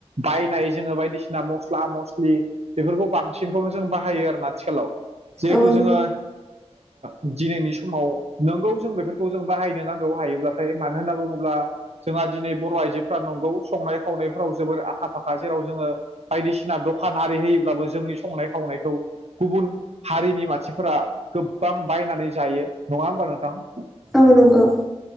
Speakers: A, on the right; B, in the centre.
A: बायनाय जोङो बायदिसिना मस्ला मस्लि। बेफोरखौ बांसिनखौनो जों बाहायो आरोना आथिखालाव जिहेथु
B: औ
A: जोङो। दिनैनि समाव नोंगौ जों बेफोरखौ जों बाहायनो नांगौ हायोब्लाथाय मानो होनना बुङोब्ला। जोंहा दिनै बर' आइजोफ्रा नंगौ संनाय खावनायफ्राव जोबोर आखा फाखा जेराव जोङो। बायदिसिना दखान आरि होयोब्लाबो जोंनि संनाय खावनायखौ गुबुन। हारिनि मानसिफोरा गोबां बायनानै जायो नङा होमबा नोंथां।
B: औ नंगौ।